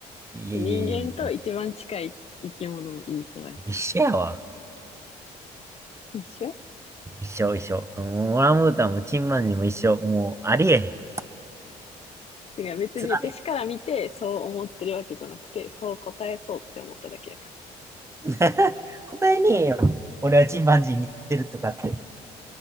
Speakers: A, on the right; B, on the left.
A: いやいやいやいや。
B: 人間と一番近い生き物を言いそうやと思
A: 一緒やわ。
B: う。一緒
A: 一緒一緒。もうオランウータンもチンパンジーも一緒。もうありえへん。
B: てか別に私から見てそう思ってるわけじゃなくて、
A: つらい。
B: そう答えそうって思っただけやから。
A: <laughs> 答えねえよ。俺はチンパンジー見てるとかって。